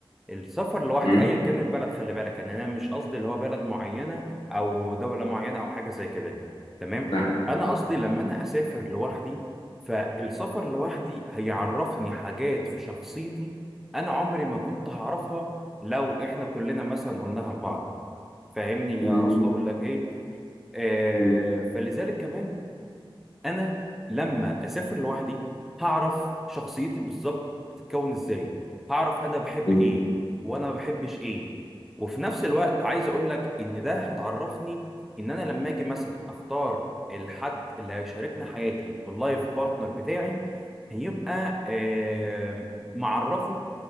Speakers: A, in the centre; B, on the left (about 75°).
A: السفر لوحدي
B: أم،
A: ايا كان البلد خلي بالك ان انا مش قصدي اللي هو بلد معينه او دوله معينه او حاجه زي كده تمام
B: فاهم
A: انا قصدي لما انا اسافر لوحدي فالسفر لوحدي هيعرفني حاجات في شخصيتي انا عمري ما كنت هعرفها لو احنا كلنا مثلا قلناها لبعض فاهمني
B: أم،
A: اقصد اقول لك ايه آه
B: أم،
A: فلذلك كمان انا لما اسافر لوحدي هعرف شخصيتي بالظبط بتتكون ازاي هعرف انا بحب
B: أم،
A: ايه وانا ما بحبش ايه وفي نفس الوقت عايز اقول لك ان ده هتعرفني ان انا لما اجي مثلا اختار الحد اللي هيشاركني حياتي واللايف بارتنر بتاعي هيبقى آم، معرفه